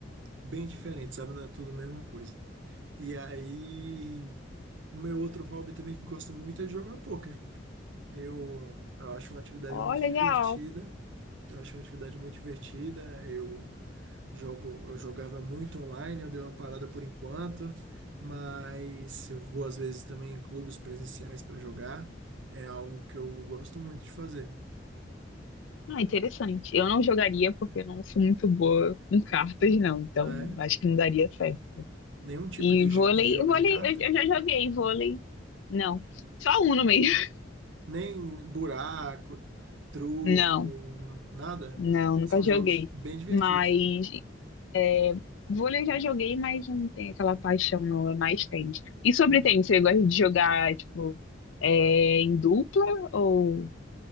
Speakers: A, on the right (about 70°); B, on the left (about 80°).
A: bem diferente, sabe? Não é tudo a mesma coisa. E aí, meu outro hobby também que gosto muito é de jogar pôquer. Eu, eu acho uma atividade
B: Ó,
A: muito
B: legal.
A: divertida. Eu acho uma atividade muito divertida. Eu jogo, eu jogava muito online, eu dei uma parada por enquanto, mas eu vou às vezes também em clubes presenciais para jogar. É algo que eu gosto muito de fazer.
B: Ah, interessante. Eu não jogaria porque eu não sou muito boa com cartas, não. Então,
A: Ah, é?
B: acho que não daria certo.
A: Nenhum tipo
B: E
A: de,
B: vôlei,
A: j- de jogo
B: vôlei,
A: de carta?
B: eu, eu já joguei vôlei. Não, só um no meio. <laughs>
A: Nem buraco, truco,
B: Não,
A: nada.
B: não, nunca
A: São
B: joguei.
A: jogos bem divertidos.
B: Mas é, vôlei eu já joguei, mas não tem aquela paixão, não. É mais tênis. E sobre
A: Hum.
B: tênis, você gosta de jogar, tipo, é, em dupla ou